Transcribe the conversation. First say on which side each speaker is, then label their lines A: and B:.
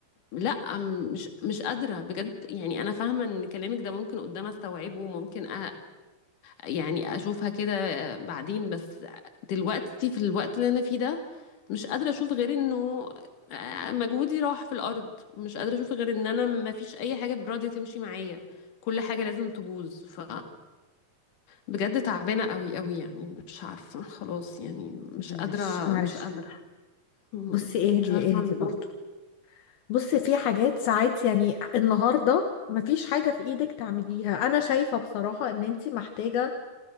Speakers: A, on the left (about 60°); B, on the left (about 75°).
A: لا م- مش مش قادرة بجد يعني انا فاهمة ان كلامك ده ممكن قدام استوعبه وممكن أ- يعني اشوفها كده بعدين بس دلوقتي في الوقت اللي انا فيه ده مش قادرة اشوف غير انه مجهودي راح في الارض مش قادرة اشوف غير ان انا ما فيش اي حاجة براضية تمشي معايا كل حاجة لازم تبوظ ف بجد تعبانة قوي قوي يعني مش عارفة خلاص يعني مش
B: معلش
A: قادرة
B: معلش
A: مش قادرة م-
B: بصي اهدي
A: مش عارفة اعمل
B: اهدي برضو
A: إيه.
B: بصي في حاجات ساعات يعني النهاردة مفيش حاجة في ايدك تعمليها أنا شايفة بصراحة إن انتي محتاجة